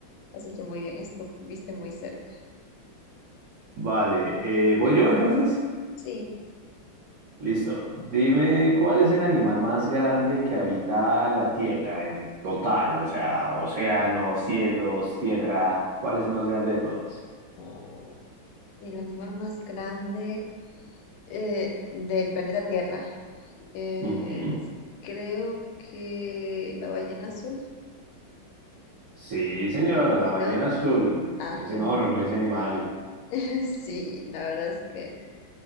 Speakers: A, on the left (about 85°); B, on the right (about 75°).
A: Has hecho muy bien, estuviste muy cerca.
B: Vale, eh, ¿voy yo entonces?
A: Sí,
B: Listo. Dime cuál es el animal más grande que habita la Tierra en total, o sea, océano, cielos, tierra. ¿Cuál es el más grande de todos?
A: Oh, el animal más grande eh, del planeta Tierra. Eh,
B: Ujú.
A: uf, creo que la ballena azul.
B: Sí, señora, la
A: Sí,
B: ballena
A: ¿no?
B: azul.
A: Ah,
B: Es
A: genial.
B: enorme ese animal.
A: <laughs> Sí, la verdad es que